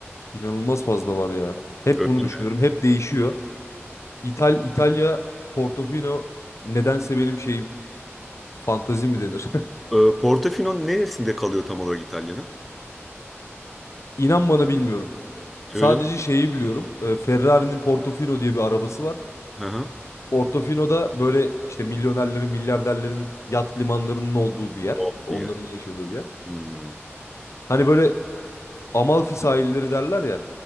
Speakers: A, on the left; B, in the centre.
A: İnanılmaz fazla var ya. Hep
B: Öyle
A: bunu
B: mi?
A: düşünüyorum. Hep değişiyor. İtal İtalya Portofino nedense benim şeyim fantezi mi denir?
B: Ee, Portofino neresinde kalıyor tam olarak İtalya'nın?
A: <laughs> İnan bana bilmiyorum.
B: Öyle
A: Sadece
B: mi?
A: şeyi biliyorum. E, Ferrari'nin Portofino diye bir arabası var.
B: Hı hı.
A: Portofino'da böyle işte milyonerlerin, milyarderlerin yat limanlarının olduğu bir yer.
B: Oldu
A: Onların
B: ya.
A: yaşadığı bir yer.
B: Hmm,
A: Hani böyle Amalfi sahilleri derler ya.